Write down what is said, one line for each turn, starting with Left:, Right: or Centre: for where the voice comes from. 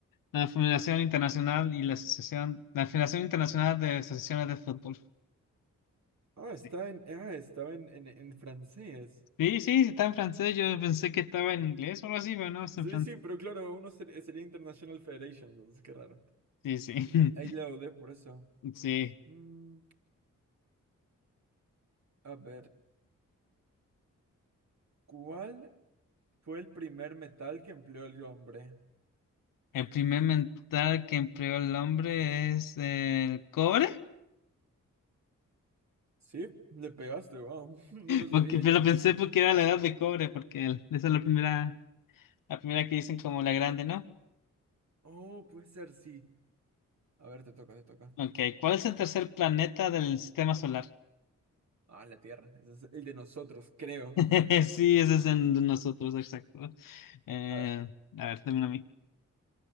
Left: la Federación Internacional y la Asociación, la Federación Internacional de Asociaciones de Fútbol.
Right: Ah, está
Left: Sí,
Right: en, ah, estaba en, en, en francés.
Left: sí, sí, sí, está en francés. Yo pensé que estaba en inglés o algo así, pero no, está
Right: Sí,
Left: en francés.
Right: sí, pero claro, uno ser- eh, sería International Federation, entonces qué raro.
Left: Sí, sí. <laughs>
Right: Ahí, ahí la dudé por eso.
Left: Sí.
Right: Mm, a ver, ¿cuál fue el primer metal que empleó el hombre?
Left: El primer metal que empleó el hombre es el cobre.
Right: Sí, le pegaste, wow, <laughs> no lo sabía
Left: Porque, pero
Right: yo.
Left: pensé porque era la edad de cobre, porque el- esa es la primera, la primera que dicen como la grande, ¿no?
Right: Oh, puede ser, sí. A ver, te toca, te toca.
Left: Ok, ¿cuál es el tercer planeta del sistema solar?
Right: Ah, la Tierra, ese es el de nosotros, creo.
Left: <laughs> Sí, ese es en nosotros, exacto. Eh,
Right: A ver.
Left: a ver, dame a mí.